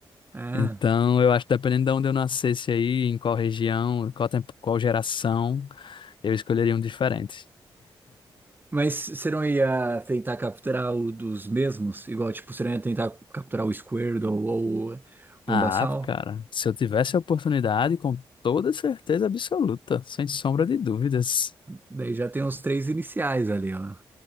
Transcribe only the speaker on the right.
Ah.
Mas você não ia tentar capturar o dos mesmos? Igual, tipo, você não ia tentar capturar o Squirtle ou o
Bulbasaur?
Daí já tem os três iniciais ali, ó,